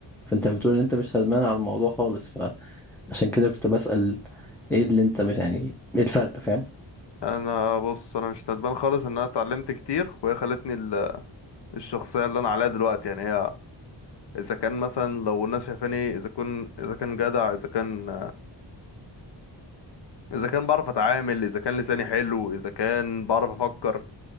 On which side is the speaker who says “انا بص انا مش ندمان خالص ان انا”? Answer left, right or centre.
Left